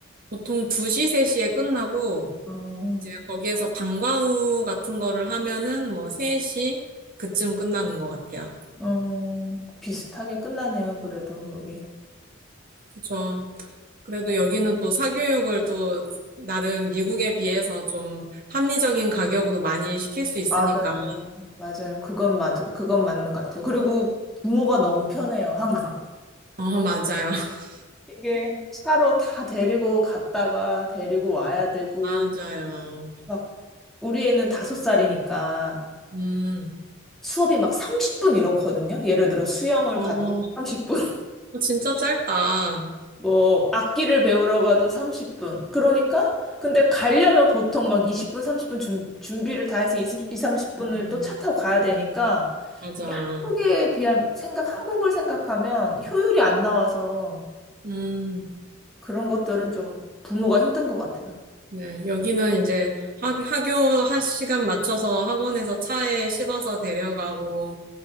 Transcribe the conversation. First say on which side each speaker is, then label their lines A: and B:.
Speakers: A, on the right; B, in the centre.
A: 보통 2시, 3시에 끝나고,
B: 어,
A: 이제 거기에서 방과후 같은 거를 하면은 뭐 3시 그쯤 끝나는 것 같아요.
B: 어, 비슷하게 끝나네요, 그래도 그게.
A: 그쵸. 그래도 여기는 또 사교육을 또 나름 미국에 비해서 좀 합리적인 가격으로 많이 시킬 수 있으니까.
B: 맞아요. 맞아요. 그건 맞, 그건 맞는 것 같아요. 그리고 부모가 너무 편해요, 한국은.
A: 어, 맞아요. <laughs>
B: 이게 차로 다 데리고 갔다가 데리고 와야 되고,
A: 맞아요.
B: 막 우리 애는 다섯 살이니까
A: 음,
B: 수업이 막 30분 이러거든요. 예를 들어 수영을
A: 어,
B: 가도 30분, <laughs>
A: 진짜 짧다.
B: 뭐 악기를 배우러 가도 30분. 그러니까 근데 가려면 보통 막 20분, 30분 준, 준비를 다 해서 20, 30분을
A: 어,
B: 또 차 타고 가야 되니까
A: 맞아.
B: 이게 한국에 비하면 생각 한국을 생각하면 효율이 안 나와서
A: 음.
B: 그런 것들은 좀 부모가 힘든 것 같아요.
A: 네, 여기는 이제 학, 학교 한 시간 맞춰서 학원에서 차에 실어서 데려가고